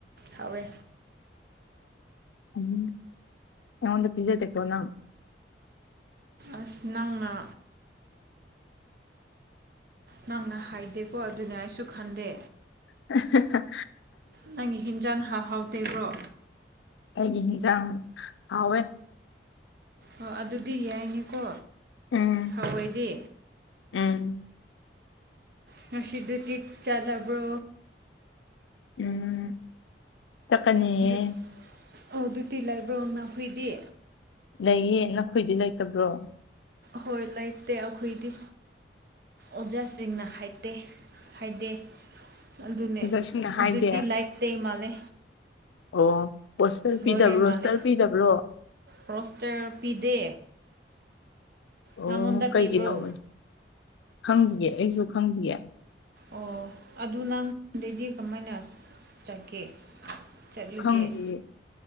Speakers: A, on the right; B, on the left.
A: ꯍꯋꯦ
B: ꯎꯝ ꯑꯩꯉꯣꯟꯗ ꯄꯤꯖꯦ ꯊꯂꯣꯅ
A: ꯑꯁꯤ ꯅꯪꯅ ꯅꯪꯅ ꯍꯥꯏꯗꯦꯀꯣ ꯑꯗꯨꯅꯦ ꯑꯩꯁꯨ ꯈꯟꯗꯦ
B: ꯑ
A: ꯅꯪꯒꯤ ꯍꯤꯟꯖꯥꯟ ꯍꯥꯎꯍꯥꯎꯇꯦꯕ꯭ꯔꯣ
B: ꯑꯩꯒꯤ ꯍ ꯆ ꯍꯋꯦ
A: ꯑꯣ ꯑꯗꯨꯗꯤ ꯌꯥꯏꯅꯦꯀꯣ
B: ꯎꯝ
A: ꯍꯑꯣꯏꯗꯤ
B: ꯎꯝ
A: ꯉꯁꯤ ꯇ ꯆꯥ ꯂꯕꯣ
B: ꯎꯝ ꯆꯠꯀꯅꯤꯌꯦ
A: ꯑꯗꯨ ꯑꯣ ꯇꯤ ꯂꯥꯏ ꯕ꯭ꯔꯥꯎꯅꯥꯈꯨꯏꯗꯤ
B: ꯂꯩꯌꯦ ꯅꯈꯣꯏꯗꯤ ꯂꯩꯇꯕ꯭ꯔꯣ
A: ꯍꯣꯏ ꯂꯩꯇꯦ ꯑꯩꯈꯣꯏꯗꯤ ꯑꯣꯖꯥꯁꯤꯡꯅ ꯍꯥꯏꯇꯦ ꯍꯥꯏꯗꯦ ꯑꯗꯨꯅꯦ
B: ꯑꯣꯖꯥꯁꯤꯡꯅ ꯍꯥꯏꯗꯦ
A: ꯏꯇꯤ ꯂꯥꯏꯠ ꯇꯩ ꯃꯥꯜꯂꯦ
B: ꯑꯣ ꯄꯣꯁꯇꯔ ꯄꯤꯗꯕ꯭ꯔꯣ
A: ꯂꯔꯦ ꯃꯥꯂꯦ
B: ꯁ꯭ꯇꯔ ꯄꯤꯗꯕ꯭ꯔꯣ
A: ꯔꯣꯁꯇꯔ ꯄꯤꯗꯦ
B: ꯑꯣ
A: ꯅꯪꯉꯣꯟꯗ ꯄꯤꯕ꯭ꯔꯣ
B: ꯀꯩꯒꯤꯅꯣꯃ ꯈꯪꯗꯌꯦꯦ ꯑꯩꯁꯨ ꯈꯪꯗꯌꯦ
A: ꯑꯣ ꯑꯗꯨ ꯅꯪꯣꯟꯗꯩꯗꯤ ꯀꯃꯥꯏꯅ ꯆꯠꯀꯦ ꯆꯠꯂꯒꯦ
B: ꯈꯪꯒꯤꯦ